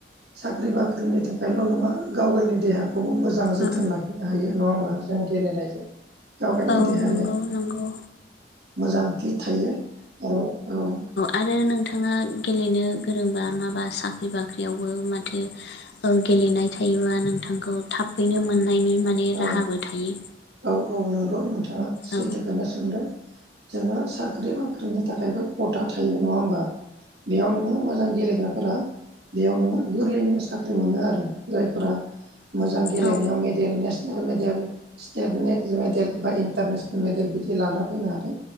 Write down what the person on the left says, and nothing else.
औ
औ
नंगौ नंगौ
आरो नोंथाङा गेलेनो गोरोंबा माबा साख्रि बाख्रियावबो माथो ओ गेलेनाय थायोबा नोंथांखौ थाबैनो मोननायनि माने
राहाबो थायो
औ
औ